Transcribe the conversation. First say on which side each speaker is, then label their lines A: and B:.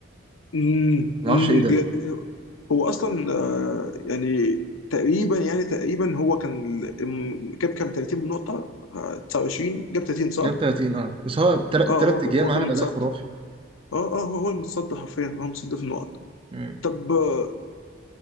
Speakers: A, on the left; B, on the right.
A: أمم،
B: ما اعرفش
A: أمم،
B: ايه ده
A: بجد هو اصلا آه، يعني تقريبا يعني تقريبا هو كان ال- م- جاب كام 30 نقطة آه، 29 جاب 30 صح؟
B: جاب 30 اه بس هو تل-
A: اه
B: تلات
A: هو
B: ايام
A: هو كان
B: عمل
A: متصدر
B: اداء خرافي
A: اه اه هو هو المتصدر حرفيا هو متصدر في النقط
B: امم
A: طب آه،